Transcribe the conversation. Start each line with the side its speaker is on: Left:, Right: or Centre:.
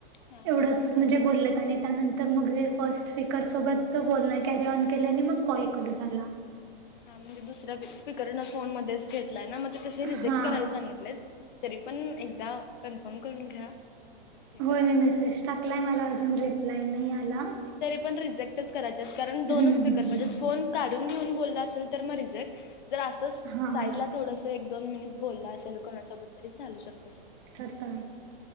Left: हा हा
Right: एवढंच
Left: ह
Right: म्हणजे बोललेत आणि त्यानंतर मग जे फर्स्ट स्पिकर सोबत ते बोलण कॅरी ऑन केलं आणि मग कॉल कट झाला.
Left: हा म्हणजे दुसऱ्या पी स्पीकर ना फोन मध्ये च घेतलंय न म ते तशे रिजेक्ट
Right: हा
Left: करायला सांगितलं तरी पण एकदा कन्फर्म करून घ्या. मगच हे करा
Right: होय मी मेसेज टाकलाय मला अजून रिप्लाय नाही आला.
Left: नाही तरी पण रिजेक्टच करायच्यात कारण दोन
Right: हम्म
Left: स्पीकर
Right: हम्म
Left: पाहिजेत फोन काडून घेऊन बोलला असेल तर मग रिजेक्ट जर असच
Right: हा हम्म
Left: साईडला थोडसा एक दोन मिनी बोलला असेल कोणासोबत तरी चालू शकतो तसं.
Right: <unintelligible>
Left: काय नाही
Right: ठीक